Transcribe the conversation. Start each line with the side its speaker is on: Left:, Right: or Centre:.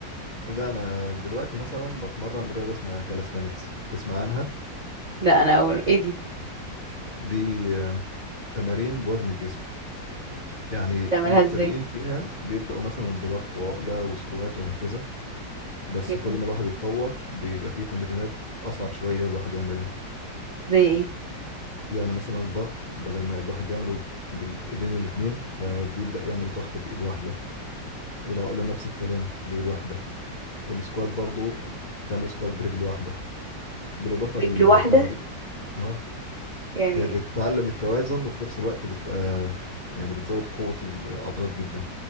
Left: لا انا دلوقتي مثلا بتمرن رياضه اسمها كالستانكس تسمع عنها
Right: لا انا اول ايه دي
Left: دي آه، تمارين بوزن الجسم يعني
Right: تعملها
Left: المبتدئين
Right: ازاي
Left: فيها بيبداوا مثلا بضغط وعقله وسكوات وهكذا
Right: اوكي.
Left: بس كل ما الواحد يتطور بيبقى فيه تمرينات أصعب شوية الواحد يعملها
Right: زي ايه
Left: يعني مثلا الضغط بدل ما الواحد بيعمله بالإيدين الاتنين فبيبدأ يعمل ضغط بإيد واحدة العقلة نفس الكلام بإيد واحدة السكوات برضو تعمل سكوات برجل واحدة بالإضافة
Right: رجل
Left: للتمارين
Right: واحدة
Left: اه
Right: يعني
Left: هي بتعلم التوازن وفي نفس الوقت بتبقى يعني بتزود قوة العضلات جدا